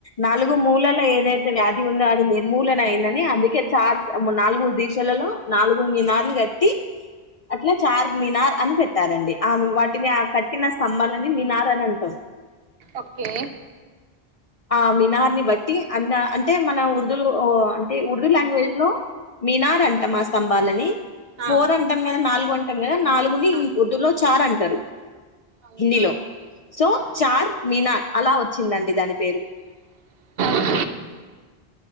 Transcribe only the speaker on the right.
ఓకే
ఆ
ఆ
అవునా
అ
ఓకే